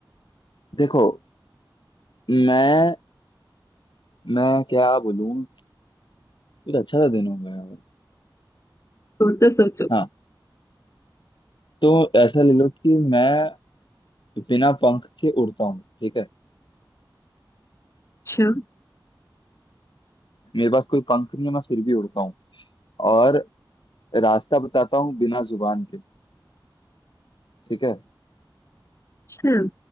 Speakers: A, on the left (about 70°); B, on the left (about 35°).
A: देखो मैं मैं क्या बोलूँ एक अच्छा सा दिन हो गया है।
B: तो तो सोचो
A: हाँ तो ऐसा ले लो कि मैं बिना पंख के उड़ता हूँ ठीक है
B: अच्छा
A: मेरे पास कोई पंख नहीं है मैं फिर भी उड़ता हूँ और रास्ता बताता हूँ बिना जुबान के ठीक है
B: अच्छा